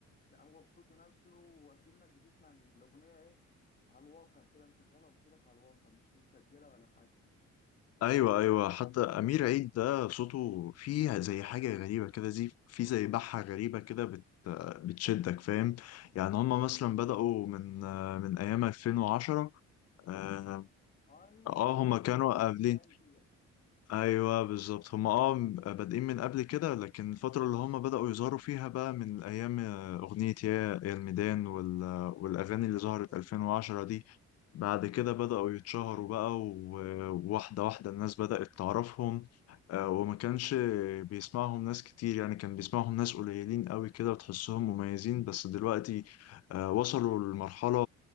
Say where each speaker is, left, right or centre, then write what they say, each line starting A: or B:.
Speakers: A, on the left (about 30°); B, on the left (about 55°).
A: لا هو بصوته نفسه وكأنك بتسمع الاغنيه ايه على الواقع كده مشغلها بصوتك على الواقع مش متسجله ولا حاجه
B: ايوه ايوه حتى امير عيد ده صوته فيه زي حاجه غريبه كده زي في زي بحه غريبه كده بت... بتشدك فاهم يعني هم مثلا بدأوا من آه، من ايام 2010 اه
A: ايوه
B: آه،
A: من ايام
B: هم كانوا
A: من ايام
B: قابلين
A: ميدان كده
B: ايوه بالظبط هم اه بادئين من قبل كده لكن الفتره اللي هم بداوا يظهروا فيها بقى من ايام آه، اغنيه يا يا الميدان وال... والاغاني اللي
A: ايوه
B: ظهرت 2010
A: بالظبط كده.
B: دي بعد كده بداوا يتشهروا بقى و- وواحده واحده الناس بدات تعرفهم آه، وما كانش بيسمعهم ناس كتير يعني كان بيسمعهم ناس قليلين قوي كده وتحسهم مميزين بس دلوقتي آه، وصلوا لمرحله